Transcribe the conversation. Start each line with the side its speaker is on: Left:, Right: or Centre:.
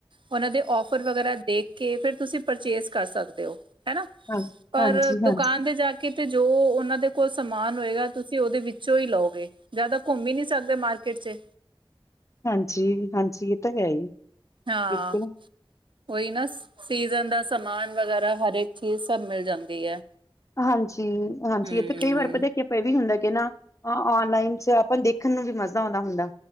Right: ਉਹਨਾਂ ਦੇ ਓਫਰ ਵਗੈਰਾ ਦੇਖ ਕੇ ਫਿਰ ਤੁਸੀ ਪਰਚੇਸ ਕਰ ਸਕਦੇ ਹੋ ਹਨਾ?
Left: ਹਾਂ
Right: ਪਰ
Left: ਹਾਂਜੀ ਹਾਂਜੀ
Right: ਦੁਕਾਨ ਤੇ ਜਾ ਕੇ ਤੇ ਜੋ ਉਹਨਾਂ ਦੇ ਕੋਲ ਸਮਾਨ ਹੋਏਗਾ ਤੁਸੀਂ ਉਹਦੇ ਵਿੱਚੋਂ ਹੀ ਲਓਗੇ ਜਿਆਦਾ ਘੁੰਮ ਹੀ ਨਹੀਂ ਸਕਦੇ ਮਾਰਕੀਟ ਚ,
Left: ਹਾਂਜੀ-ਹਾਂਜੀ ਇਹ ਤਾਂ ਹੈ ਹੀ
Right: ਹਾਂ।
Left: ਬਿਲਕੁਲ।
Right: ਉਹੀ ਨਾ ਸੀਜ਼ਨ ਦਾ ਸਮਾਨ ਵਗੈਰਾ ਹਰਕ ਚੀਜ਼ ਸਭ ਮਿਲ ਜਾਂਦੀ ਹੈ।
Left: ਹਾਂਜੀ-ਹਾਂਜੀ,
Right: ਹਮ
Left: ਇੱਥੇ ਕਈ ਵਾਰ ਪਤਾ ਕੀ ਇਹ ਵੀ ਹੁੰਦਾ ਕਿ ਨਾ, ਆਨਲਾਈਨ ਚ ਆਪਾਂ ਦੇਖਣ ਨੂੰ ਵੀ ਮਜ਼ਾ ਆਉਂਦਾ ਹੁੰਦਾ।